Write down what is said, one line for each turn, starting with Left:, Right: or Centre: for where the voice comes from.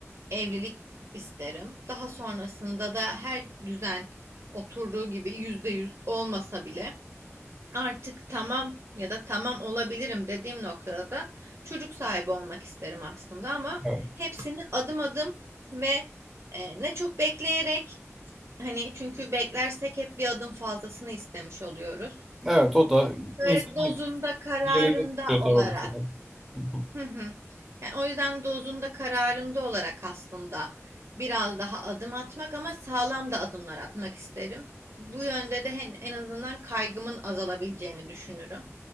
Right: evlilik isterim. Daha sonrasında da her düzen oturduğu gibi yüzde yüz olmasa bile artık tamam ya da tamam olabilirim dediğim noktada da çocuk sahibi olmak isterim aslında ama
Centre: Evet.
Right: hepsini adım adım ve e, ne çok bekleyerek hani çünkü beklersek hep bir adım fazlasını istemiş oluyoruz.
Centre: Evet o da
Right: Böyle
Centre: insanı
Right: dozunda kararında
Centre: geride tutuyor tabii
Right: olarak
Centre: bu sefer. Hı
Right: Hı hı. Yani o yüzden dozunda kararında olarak aslında biraz daha adım atmak ama sağlam da adımlar atmak isterim. Bu yönde de en en azından kaygımın azalabileceğini düşünürüm.